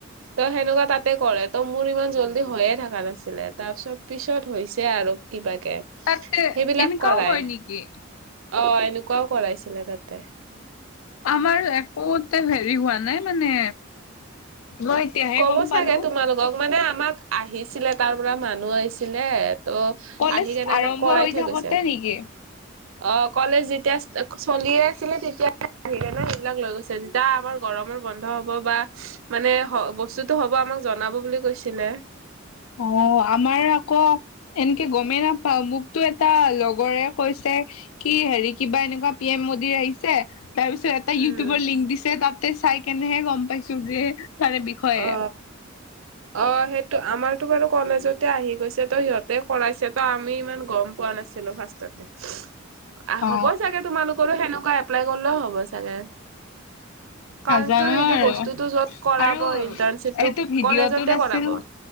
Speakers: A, on the right; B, on the left.
A: ত সেনেকুৱা তাতে কৰে। ত মোৰ ইমান জল্দি হৈয়ে থকা নাছিলে তাৰ পিছত পিছত হৈছে আৰু কিবাকে।
B: তাতে
A: সেইবিলাক
B: এনেকাও
A: কৰাই
B: হয় নেকি?
A: অ এনেকুৱাও কৰাইছিলে তাতে।
B: আমাৰ একোতে হেৰি হোৱা নাই মানে। মই এতিয়াহে
A: ক'ব
B: গম পালো
A: চাগে তোমালোকক মানে আমাক আহিছিলে তাৰ পৰা মানুহ আহিছিলে ত।
B: কলেজ
A: আহি কেনে
B: আৰম্ভ
A: আমাক কৰাই
B: হৈ
A: থৈ
B: থাকোতে
A: গৈছে।
B: নেকি
A: অ কলেজ যেতিয়া চলিয়ে আছিলে তেতিয়া সেইকাৰণে সেইবিলাক লৈ গৈছে, যেতিয়া আমাৰ গৰমৰ বন্ধ হব বা মানে বস্তুতটো হ'ব আমাক জনাব বুলি কৈছিলে।
B: অ আমাৰ আকৌ এনেকে গমে নাপা। বা মোকতো এটা লগৰে কৈছে কি হেৰি কিবা এনেকুৱা পি এম ম দী আহিছে তাৰ পিছত এটা
A: উম
B: ইউটিউবৰ লিংক দিছে তাতে চাই কেনেহে গম পাইছো যে তাৰে বিষয়ে।
A: অ অ সেইটো আমাৰতো বাৰু কলেজতে আহি গৈছে তো সিহঁত তে কৰাইছে ত আমি ইমান গম পোৱা নাছিলো ফাৰ্ষ্টততে। আ
B: অ
A: হ'ব চাগে তোমালোকৰো সেনেকুৱা এপ্লাই কৰিলেও হ'ব চাগে।
B: নাজানো
A: কাৰনটো সেইটো
B: আৰু
A: বস্তুটো য'ত কৰাব
B: আৰু
A: ইন্টাৰণশ্বিপটো
B: এইটো ভিডিঅ'টোত
A: কলেজতে
B: আছিল
A: কৰাব।